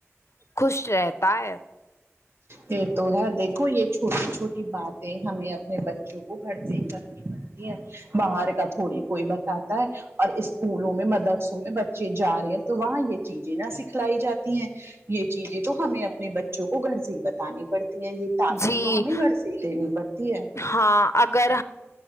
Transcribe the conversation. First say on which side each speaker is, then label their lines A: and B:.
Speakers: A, on the left; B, on the right.
A: خوش رہتا ہے
B: یہ تو ہے دیکھو یہ چھوٹی چھوٹی باتیں ہمیں اپنے بچوں کو گھر سے ہی کر تی ہیں باہر کا تھوڑی کوئی بتاتا ہے اور اسکولوں میں مدرسوں میں بچے جا رہے ہیں تو وہاں یہ چیزیں نہ سکھلائی جاتی ہیں یہ چیزیں تو ہمیں اپنے بچوں کو کو گھر سے ہی بتانی پڑتی ہے یہ تعلیم
A: جی
B: تو ہمیں گھر سے ہی دینی پڑتی ہے
A: ہاں اگر